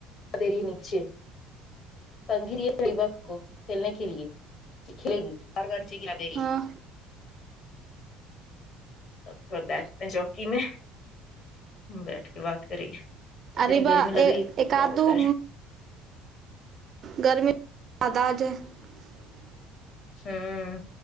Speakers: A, on the left; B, on the right.
A: دیری نچے کنگھی دیے لیبیا کو کھیلنے کے لیے کھیلے گی اوربار بار نیچے گرا دے ری
B: ہاں
A: تھوڑا بیٹھتے ہیں چوکی میں بیٹھ کے بات کریں گے اتنی
B: اریبا
A: گرمی لگ رہی
B: ایک
A: کیا
B: آدھ
A: بتائے
B: دو گرمی <inaudible> تداج ہے <inaudible>
A: ہوں